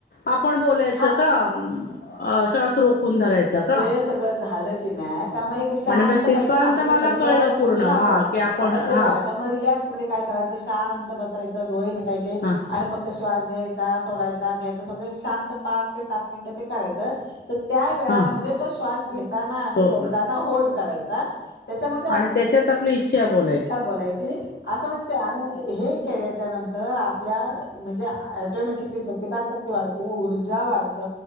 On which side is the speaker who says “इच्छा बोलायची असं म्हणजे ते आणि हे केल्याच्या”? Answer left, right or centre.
Left